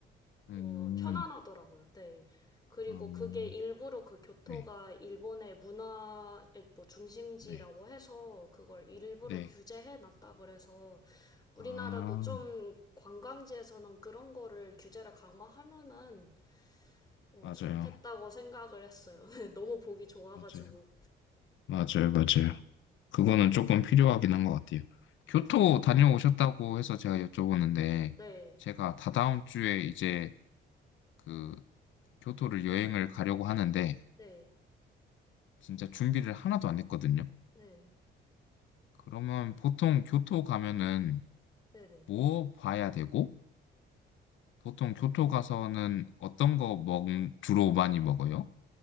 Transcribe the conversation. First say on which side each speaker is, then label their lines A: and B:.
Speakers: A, on the left; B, on the left.
A: 음,
B: 어, 편안하더라고요. 네. 그리고
A: 음,
B: 그게 일부러 그 교토가
A: 네,
B: 일본의 문화의 뭐 중심지라고
A: 네,
B: 해서 그걸 일부러
A: 네.
B: 규제해 놨다 그래서 우리나라도
A: 아,
B: 좀 관광지에서는 그런 거를 규제를 강화하면은 어,
A: 맞아요,
B: 좋겠다고 생각을 했어요. <laughs> 네, 너무 보기 좋아가지고.
A: 맞아요, 맞아요, 맞아요. 그거는 조금 필요하긴 한 것 같아요. 교토 다녀오셨다고 해서 제가 여쭤보는데,
B: 네.
A: 제가 다다음 주에 이제 그 교토를 여행을 가려고 하는데,
B: 네.
A: 진짜 준비를 하나도 안 했거든요.
B: 네.
A: 그러면 보통 교토 가면은
B: 네네.
A: 뭐 봐야 되고, 보통 교토 가서는 어떤 거 먹, 주로 많이 먹어요?